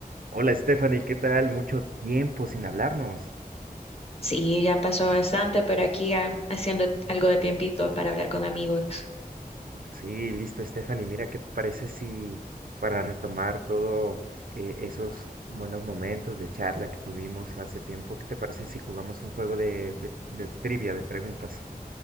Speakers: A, on the right; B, on the left.
A: Hola Stephanie, ¿qué tal? Mucho tiempo sin hablarnos.
B: Sí, ya pasó bastante, pero aquí ah, haciendo algo de tiempito para hablar con amigos.
A: Sí, listo Stephanie, mira, ¿qué te parece si para retomar todo eh, esos buenos momentos de charla que tuvimos hace tiempo, ¿qué te parece si jugamos un juego de, de- de trivia, de preguntas?